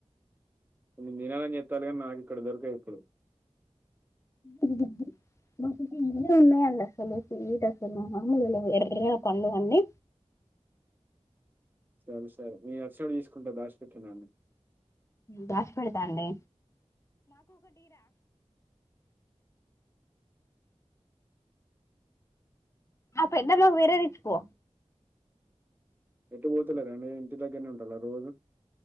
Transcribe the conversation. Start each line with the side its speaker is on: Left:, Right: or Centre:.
Right: కొన్ని తినమని చెప్తాల్లు గని నాకు ఇక్కడ దొరకయి ఇప్పుడు.
Left: మ్మ్మ్మ్ మాకు ఫుల్లు ఉన్నాయండి అసలు, స్వీటు అసలు, మామూలుగ లేవ్ ఎర్రగా పండు అన్నీ
Right: సరే సరే నేనచ్చినపుడు తీసుకుంట దాశిపెట్టు నాకు.
Left: దాచి పెడతాండి. అప ఎ మాకు వర ఎచి పో
Right: ఎటు పోతలేర అండి, ఇంటి దగ్గరనే ఉంటాల్లా రోజు?